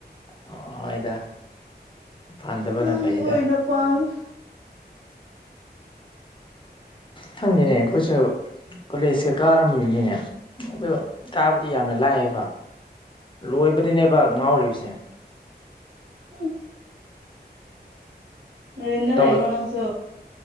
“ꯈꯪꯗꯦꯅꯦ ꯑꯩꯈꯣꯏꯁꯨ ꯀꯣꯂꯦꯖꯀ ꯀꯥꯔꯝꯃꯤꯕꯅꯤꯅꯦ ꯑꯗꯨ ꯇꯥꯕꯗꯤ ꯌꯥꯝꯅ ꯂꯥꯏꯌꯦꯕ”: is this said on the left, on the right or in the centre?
Left